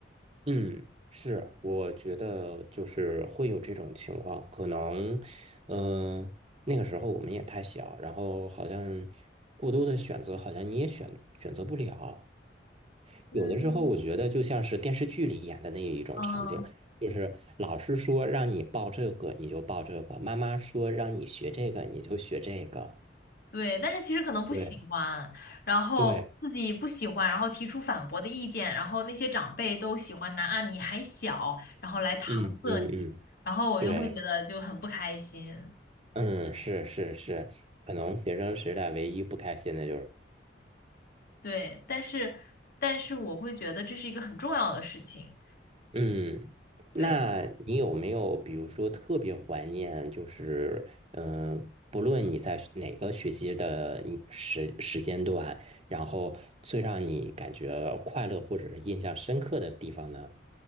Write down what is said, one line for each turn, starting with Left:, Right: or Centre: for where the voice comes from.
Right: 嗯，是，我觉得就是会有这种情况，可能，嗯、那个时候我们也太小，然后好像过多的选择，好像你也选选择不了。
Left: 嗯，
Right: 有的时候我觉得就像是电视剧里演的那一种场景，
Left: 嗯。
Right: 就是老师说让你报这个，你就报这个；妈妈说让你学这个，你就学这个。
Left: 对，但是其实可能不喜欢，
Right: 对
Left: 然后自己不喜欢，
Right: 对，
Left: 然后提出反驳的意见，然后那些长辈都喜欢拿啊你还小，然后来搪塞你，
Right: 嗯嗯嗯，
Left: 然后我就会觉得就很不开心。
Right: 对，嗯，是是是，可能学生时代唯一不开心的就是。
Left: 对，但是但是我会觉得这是一个很重要的事情。
Right: 嗯，
Left: 对，
Right: 那你有没有比如说特别怀念，就是嗯、呃不论你在学哪个学习的你时时间段，然后最让你感觉快乐或者是印象深刻的地方呢？